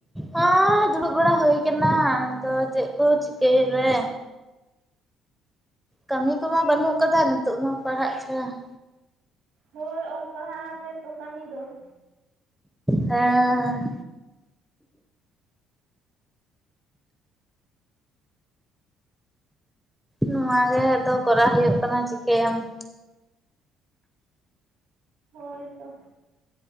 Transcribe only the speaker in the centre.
ᱦᱮᱸ ᱫᱩᱲᱩᱵ ᱵᱟᱲᱟ ᱦᱩᱭ ᱠᱟᱱᱟ, ᱟᱫᱚ ᱪᱮᱫ ᱠᱚ ᱪᱤᱠᱟᱹᱭᱟᱞᱮ ᱾ ᱠᱟᱹᱢᱤ ᱠᱚᱢᱟ ᱵᱟᱹᱱᱩᱜ ᱠᱟᱫᱟ ᱱᱤᱛᱚᱜ ᱢᱟ ᱯᱟᱲᱦᱟᱜ ᱪᱷᱟᱲᱟ ᱾
ᱦᱮᱸ ᱱᱚᱣᱟ ᱜᱮ ᱫᱚ ᱠᱚᱨᱟᱣ ᱦᱩᱭᱩᱜ ᱠᱟᱱᱟ ᱪᱤᱠᱟᱹᱭᱟᱢ ᱾